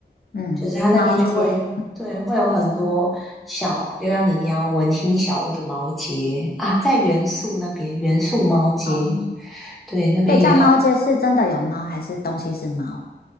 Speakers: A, on the left; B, in the centre.
A: 嗯，
B: 就是它那边就会对会有很多小，
A: 猫街，
B: 就像你提到文青小屋的毛节啊，在元素那边元素毛节，
A: 猫，
B: 对那边也很
A: 所以叫猫街是真的有猫还是东西是猫？